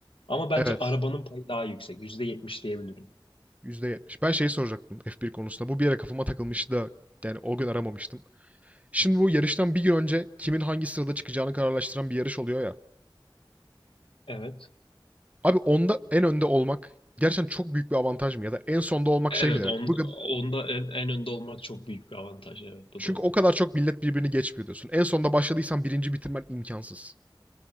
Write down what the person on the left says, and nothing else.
Ama bence
arabanın payı daha yüksek. %70 diyebilirim.
Evet.
Evet,
on,
onda en, en önde olmak çok büyük bir avantaj. Evet, bu
doğru.